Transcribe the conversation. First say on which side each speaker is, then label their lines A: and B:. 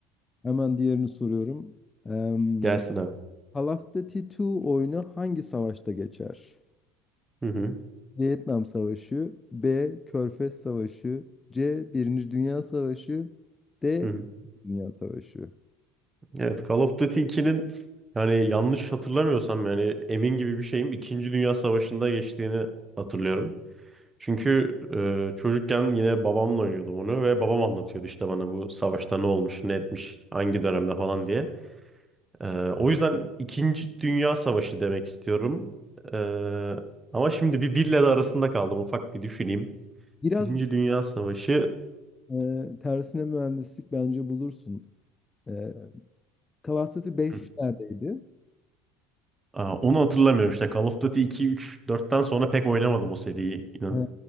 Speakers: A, on the left; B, on the right.
A: Hemen diğerini soruyorum. Em,
B: Gelsin abi.
A: Call of Duty 2 oyunu hangi savaşta geçer?
B: Hı hı.
A: Vietnam Savaşı, B. Körfez Savaşı, C. Birinci Dünya Savaşı, D.
B: Hı
A: İkinci
B: hı.
A: Dünya Savaşı.
B: Evet Call of Duty 2'nin yani yanlış hatırlamıyorsam yani emin gibi bir şeyim İkinci Dünya Savaşı'nda geçtiğini hatırlıyorum. Çünkü e, çocukken yine babamla oynuyordum onu ve babam anlatıyordu işte bana bu savaşta ne olmuş, ne etmiş, hangi dönemde falan diye. E, o yüzden İkinci Dünya Savaşı demek istiyorum. E, ama şimdi bir birle de arasında kaldım ufak bir düşüneyim.
A: Biraz
B: Birinci Dünya Savaşı
A: e, tersine mühendislik bence bulursun. E, Call of Duty 5
B: Hı.
A: neredeydi?
B: Aa, onu hatırlamıyorum işte Call of Duty 2, 3, 4'ten sonra pek oynamadım o seriyi. inan.
A: Ha,